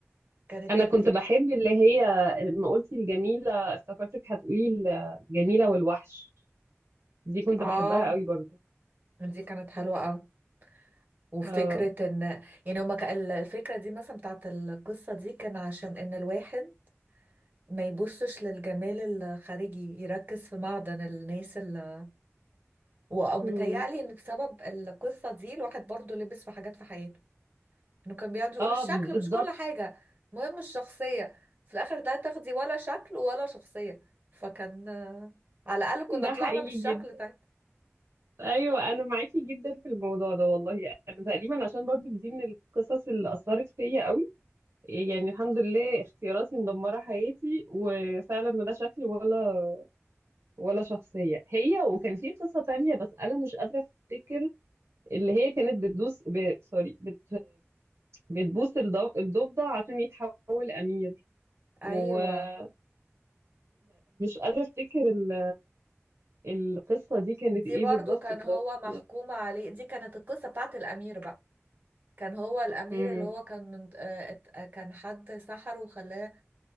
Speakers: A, on the right (about 35°); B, on the right (about 65°).
A: كانت
B: انا
A: كده
B: كنت بحب اللي هي لما قلتي الجميله افتكرتك هتقولي الجميله والوحش دي كنت
A: اه
B: بحبها قوي برضو
A: دي كانت حلوة قوي. وفكرة
B: اه
A: ان يعني هما كان الفكرة دي مثلا بتاعت القصة دي كان عشان ان الواحد ما يبصش للجمال الخارجي يركز في معدن الناس اللي و- ومتهيألي
B: مم.
A: ان بسبب القصة دي الواحد برضو لبس في حاجات في حياته انه كان بيقعد يقول
B: اه
A: الشكل
B: ب- بالظبط
A: مش كل حاجة مهم الشخصية في الاخر ده تاخدي ولا شكل ولا شخصية فكان آه، على الاقل كنا
B: ده
A: طلعنا
B: حقيقي
A: بالشكل
B: جدا
A: طيب
B: ايوه انا معاكي جدا في الموضوع ده والله انا تقريبا عشان برضو دي من القصص اللي اثرت فيا قوي يعني الحمد لله اختياراتي مدمره حياتي وفعلا لا شكل ولا ولا شخصيه هي وكان في قصه تانية بس انا مش قادره افتكر اللي هي كانت بتدوس ب... سوري بت... بتبوس الضف... الضفدع عشان يتحول أمير
A: ايوه
B: ومش قادرة أفتكر ال... القصة دي كانت
A: دي
B: إيه
A: برضو
B: بالظبط
A: كان
B: بس
A: هو محكوم عليه دي كانت القصة بتاعت الامير بقى كان هو الأمير
B: امم
A: اللي هو كان من- آه، ات- آه، كان حد سحره وخلاه